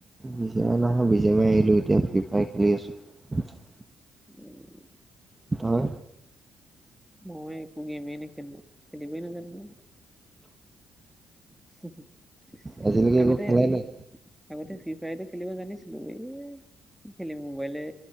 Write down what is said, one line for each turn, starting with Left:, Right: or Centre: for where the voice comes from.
Right: বিজেয়েমাই নহয় বিজেয়েমাই এৰিলো, এতিয়া ফ্ৰী ফায়াৰ খেলি আছো।
Centre: উম।
Right: তই
Centre: মই একো গেমেই নেখেলো, খেলিবই নাজানো মই। <unintelligible>
Right: আজিলৈকে
Centre: আগতে
Right: একো খেলাই নাই
Centre: আগতে ফ্ৰী ফায়াৰটো খেলিব জানিছিলো। এই খেলিম মোবাইলে